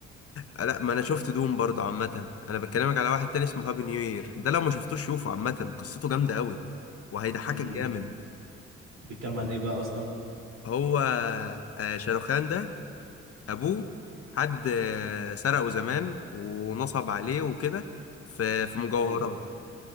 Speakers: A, on the left; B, on the right.
A: آه، لا ما انا شفت دوم برضه عامة انا بكلمك على واحد تاني اسمه هابي نيو يير ده لو ما شفتوش شوفه عامة قصته جامدة قوي وهيضحكك
B: امم
A: جامد
B: بيتكلم عن ايه بقى اصلا
A: هو آه، شاروخان ده ابوه حد آه، سرقه زمان ونصب عليه وكده في في مجوهرات
B: ايوه